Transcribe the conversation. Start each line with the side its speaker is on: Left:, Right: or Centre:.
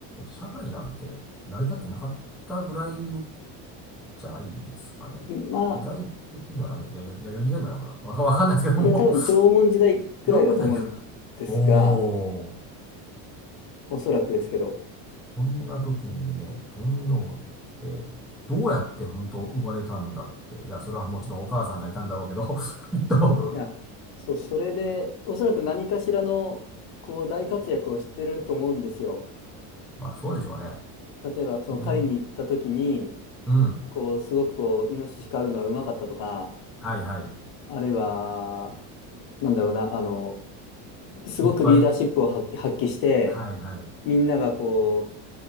Centre: 社会なんて成り立ってなかったぐらいじゃないですかね。
Left: まあ、
Centre: 時代的にはね、や、や、弥生時代ぐらいなのかな。わか、わかんないですけども
Left: いや、多分縄文時代くらいだと思うんですが、
Centre: 縄文時代か。おー。
Left: おそらくですけど。
Centre: そんな時にね、天皇って、どうやって本当生まれたんだって。いや、それはもちろんお母さんがいたんだろうけど、<laughs> きっと。
Left: いや、そう、それで、おそらく何かしらの、こう、大活躍をしてると思うんですよ。
Centre: まあ、そうでしょうね。
Left: 例えば、その狩りに行った時に、
Centre: みん、うん。
Left: こう、すごくこう、イノシシ狩るのがうまかったとか、
Centre: はいはい。
Left: あるいは、なんだろうな、あの、すごくリーダーシップを発発揮して、
Centre: いっぱい。はいはい。
Left: みんながこ